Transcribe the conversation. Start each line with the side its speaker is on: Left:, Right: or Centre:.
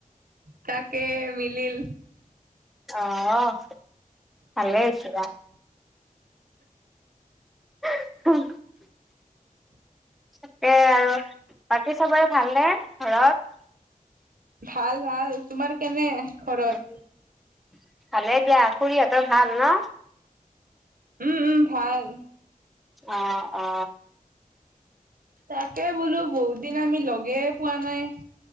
Right: তাকে মিলিল
Centre: অহ ভালে হৈছে ৰা <unintelligible> তাকে আৰু বাকী চবৰে ভালনে ঘৰত?
Right: ভাল ভাল। তোমাৰ কেনে? ঘৰত?
Centre: <unintelligible> ভালে দিয়া। খুৰীহঁতৰ ভাল ন?
Right: উম উম ভাল।
Centre: অ অ।
Right: তাকে বোলো বহুত দিন আমি লগে পোৱা নাই।